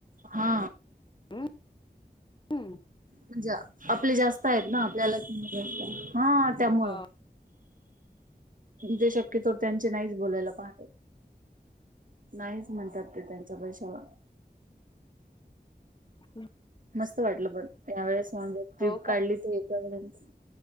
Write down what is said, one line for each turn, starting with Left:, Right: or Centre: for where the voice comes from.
Right: हा.
Left: हं हम.
Right: म्हणजे आपले जास्त आहेत ना आपल्या लक्षत हा त्यामुळे.
Left: ह
Right: ते शक्यतो त्यांचे नाहीच बोलायला पाहत नाहीच म्हणतात. ते त्यांचा पैशाला.
Left: हम्.
Right: मस्त वाटलं पण त्यावेळेस म्ह टविप
Left: हो
Right: काढली
Left: का
Right: ते एकापर्यंत.